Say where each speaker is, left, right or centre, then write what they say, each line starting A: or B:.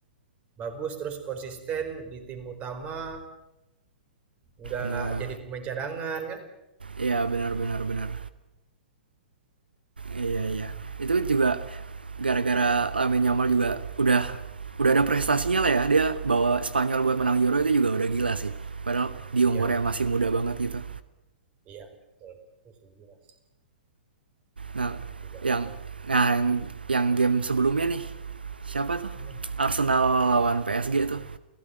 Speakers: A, on the right; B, on the right.
A: bagus terus konsisten di tim utama nggak
B: nah
A: jadi pemain cadangan kan?
B: Iya benar benar benar. Iya iya. Itu juga gara-gara Lamine Yamal juga udah udah ada prestasinya lah ya. Dia bawa Spanyol buat menang Euro itu juga udah gila sih. Padahal di
A: Iya
B: umurnya
A: benar.
B: masih muda banget gitu.
A: Iya betul. Itu setuju Mas.
B: Nah,
A: Setuju banget.
B: yang nah yang, yang game sebelumnya nih. Siapa tuh?
A: Hmm.
B: Arsenal lawan PSG itu.